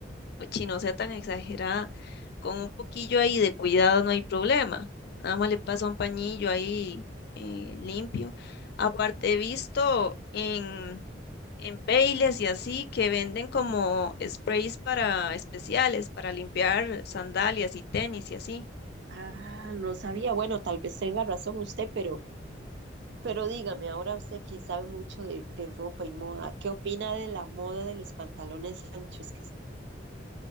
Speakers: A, on the left; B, on the right.
A: Ochi, no sea tan exagerada. Con un poquillo ahí de cuidado no hay problema. Nada más le pasa un pañillo ahí eh, limpio. Aparte, he visto en, en Payless y así que venden como sprays para especiales, para limpiar sandalias y tenis y así.
B: Ah, no sabía. Bueno, tal vez tenga razón usted, pero, pero dígame, ahora usted que sabe mucho de, de ropa y moda, ¿qué opina de la moda de los pantalones anchos que